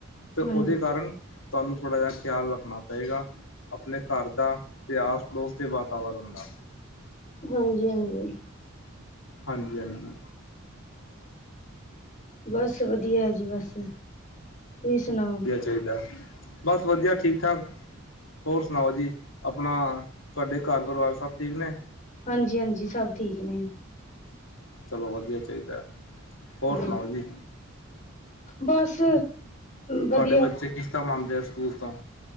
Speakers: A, on the left (about 70°); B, on the left (about 35°).
A: ਤੇ
B: ਹਾਂਜੀ
A: ਓਦੇ ਕਾਰਨ ਤੁਹਾਨੂੰ ਥੋੜ੍ਹਾ ਜਿਹਾ ਖਿਆਲ ਰੱਖਣਾ ਪਏਗਾ ਆਪਣੇ ਘਰ ਦਾ ਅਤੇ ਆਸ-ਪੜੋਸ ਦੇ ਵਾ ਵਰਨ ਦਾ
B: ਹਾਂਜੀ-ਹਾਂਜੀ।
A: ਹਾਂਜੀ-ਹਾਂਜੀ।
B: ਬਸ ਵਧੀਆ ਏ ਜੀ ਬਸ ਤੁਸੀਂ ਸੁਣਾਓ?
A: ਕੀਦਾ, ਬਸ ਵਧੀਆ ਠੀਕ ਠਾਕ। ਹੋਰ ਸੁਣਾਓ ਜੀ, ਆਪਣਾ ਤੁਹਾਡੇ ਘਰ ਪਰਿਵਾਰ ਸਭ ਠੀਕ ਨੇ?
B: ਹਾਂਜੀ ਹਾਂਜੀ ਸਭ ਠੀਕ ਨੇ।
A: ਚਲੋ ਵਧੀਆ ਹੀ ਚਾਹੀਦਾ ਐ, ਹੋਰ
B: ਹਾਂ
A: ਸੁਣਾਓ ਜੀ?
B: ਬਸ ਵਧੀਆ
A: ਤੁਹਾਡੇ ਬੱਚੇ ਕਿਸ ਟਾਈਮ ਆਂਨਦੇ ਸਕੂਲ ਤੋਂ?